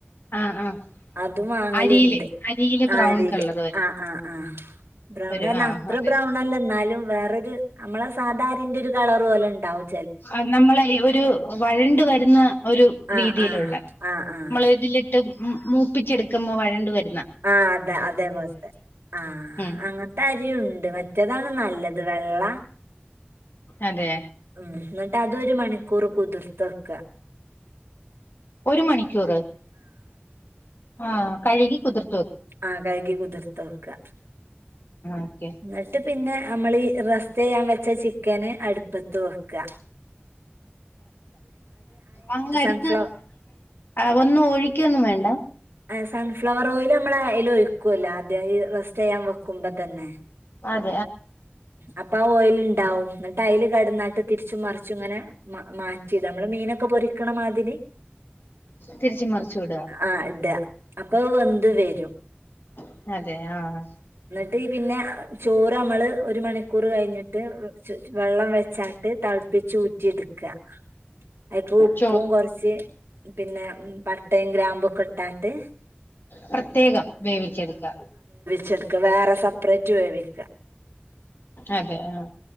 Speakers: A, on the left; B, on the right.
A: ആഹ് ആഹ്
B: അതും വാങ്ങല്ണ്ട്
A: അരിയില് അരിയില് ബ്രൗൺ
B: ആ രിയില്
A: കളർ വരും
B: ആ ആ ആ ബ്രൗണറ്ഞ്ഞ
A: ഒരു ആ
B: അത്ര
A: അതെ
B: ബ്രൗണല്ല ന്നാലും വേറൊരു നമ്മളെ സാധാരിന്റെ ഒരു കളറ് പോലെണ്ടാവും
A: ആ നമ്മളെ അരി ഒരു വഴണ്ട് വരുന്ന ഒരു
B: ആ
A: രീതിയിലുള്ള
B: ആ ആ ആ
A: മ്മളതില് ട്ട് മ് മ് മൂപ്പിച്ചെടുക്ക്മ്പോ വഴണ്ട് വരും
B: ആഹ് അതെ അതേപോലത്തെ ആഹ്
A: ഉം
B: അങ്ങത്തെ അരിയുണ്ട് മറ്റേതാണ് നല്ലത് വെള്ള
A: അതെ
B: ഉം എന്നിട്ട് അതൊരു മണിക്കൂർ കുതിർത്തക്ക
A: ഒരു മണിക്കൂറ് ആഹ് കഴുകി കുതിർ
B: ആഹ് കൈകി കുതിർത്ത് വെക്കാ
A: ഓക്കെ ആ
B: എന്നിട്ട് പിന്നെ നമ്മളി ഈ റസ് സ്റ്റ് ചെയ്യാൻ വെച്ച ചിക്കന് അടുപ്പത്ത് വെക്കാ.
A: അങ്ങ് എടുത്ത്
B: സൺഫ്ലവർ
A: ആ ഒന്നും ഒഴിക്കൊന്നും വേണ്ട.
B: സൺഫ്ലവർ ഓയിൽ നമ്മൾ അയില് ഒഴിക്കുവല്ലോ ആദ്യം ഈ റസ്റ്റ് ചെയ്യാൻ വെക്കുമ്പോ തന്നെ.
A: ആ
B: അപ്പോ ആ ഓയില് ഉണ്ടാവും എന്നിട്ട് അയില് കിടന്ന്‌ ഇട്ട് തിരിച്ചും മറിച്ചും ഇങ്ങനെ മാറ്റി നമ്മള് മീനൊക്കെ പൊരിക്കണമാതിരി
A: തിരിച്ച് മറിച്ച് വിടുക
B: ആ ഇട്യാ. അപ്പോ അത് വെന്ത് വരും.
A: അങ്ങനെ അതേ ആഹ്
B: ട്ട് പിന്നെ ചോറ് നമ്മള് ഒരു മണിക്കൂ കൂറ് കഴിഞ്ഞിട്ട് വെള്ളം വെച്ചാട്ട് തെ ളപ്പിച്ച്ഊറ്റി എടുക്കുക ആയിക്ക് ഉപ്പും
A: ചോറ്
B: കുറച്ച് പിന്നെ പട്ടയും ഗ്രാമ്പും ഒക്കെ ഇട്ടാട്ട്.
A: പ്രത്യേകം വേവിച്ചെടുക്കുക.
B: ചെടുക്ക വേറെ സെപ്പറേറ്റ് വേവിയ്ക്ക.
A: അതെ ആഹ്.